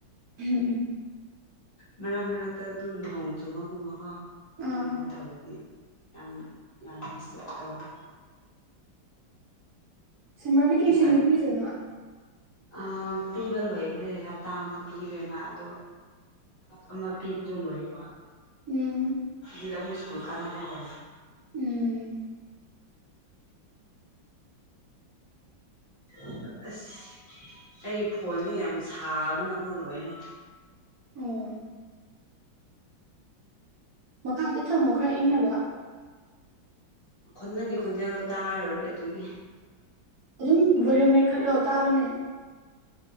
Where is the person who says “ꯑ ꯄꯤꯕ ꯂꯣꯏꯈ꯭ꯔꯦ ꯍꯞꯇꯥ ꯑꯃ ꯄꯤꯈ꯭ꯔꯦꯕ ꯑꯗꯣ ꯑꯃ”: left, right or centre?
Left